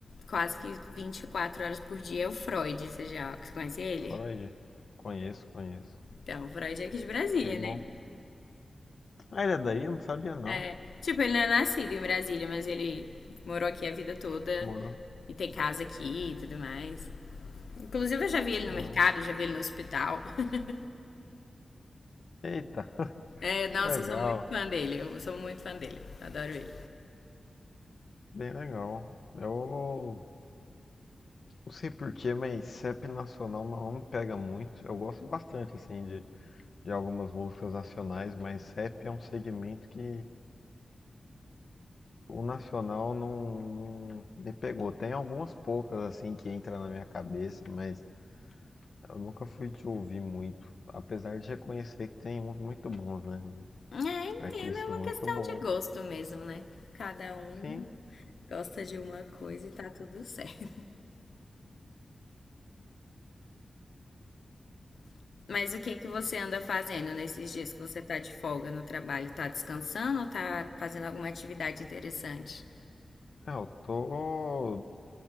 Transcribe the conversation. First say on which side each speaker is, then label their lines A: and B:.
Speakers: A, on the left; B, on the left.
A: quase que 24 horas por dia, é o Freud. Você já conhece ele?
B: Freud? Conheço, conheço.
A: Então, o Freud é aqui de Brasília,
B: Bem
A: né?
B: bom. Ah, ele é daí? Eu não sabia não.
A: É, tipo, ele não é nascido em Brasília, mas ele morou aqui a vida toda
B: Morou.
A: e tem casa aqui e tudo mais. Inclusive, eu já vi ele
B: Caramba.
A: no mercado, já vi ele no hospital. <laughs>
B: Eita, <laughs>
A: É, nossa,
B: que legal.
A: eu sou muito fã dele. Eu sou muito fã dele. Adoro ele.
B: Bem legal. Eu Não sei porquê, mas CEP nacional não me pega muito. Eu gosto bastante, assim, de, de algumas músicas nacionais, mas CEP é um segmento que o nacional não, não me pegou. Tem algumas poucas, assim, que entra na minha cabeça, mas eu nunca fui de ouvir muito. Apesar de reconhecer que tem uns muito bons, né?
A: É, entendo,
B: Artistas
A: é uma
B: muito
A: questão
B: bons.
A: de gosto mesmo, né? Cada um
B: Sim,
A: gosta de uma coisa e tá tudo certo. <laughs> Mas o que que você anda fazendo nesses dias que você tá de folga no trabalho? Tá descansando ou tá fazendo alguma atividade interessante?
B: é, eu tô